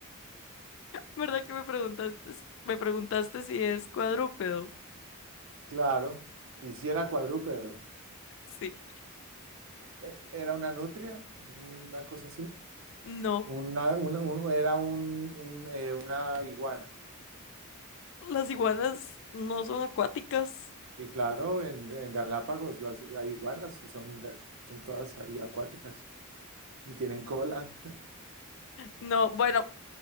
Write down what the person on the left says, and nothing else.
¿Verdad que me preguntaste, me preguntaste si es cuadrúpedo?
Sí.
No,
las iguanas no son acuáticas.
No, bueno,